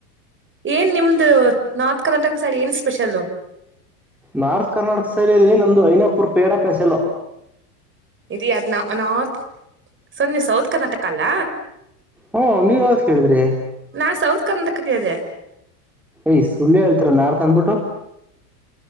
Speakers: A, on the right; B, in the centre.
A: ಏನ್ ನಿಮ್ದು ನಾರ್ತ್ ಕರ್ನಾಟಕ ಸೈಡ್ ಪಸಾಲೋ
B: ನಾರ್ತ್ ಕರ್ನಾಟಕ ಸೈಡ್ಲ್ಲಿ ನಂದು ಐನಾಪುರ್ ಪೇಡಾ ಪಸೆಲ್ಲ
A: ಇದ ಅದ್ ನ ನಾರ್ತ್ ಸರ್ ನೀವು ಸೌತ್ ಕರ್ನಾಟಕ ಅಲ್ಲ
B: ಹ್ಮ ನೀವ ಯಾವ್ದ ಕೇಳಿದ್ರಿ
A: ನಾ ಸೌತ್ ಕರ್ನಾಟಕಕ್ಕೆ ಇದೆ
B: ಯ್ ಸುಳ್ಳು ಹೇಳ್ತರ ನಾರ್ ತ ಅಂದಬಿಟ್ಟು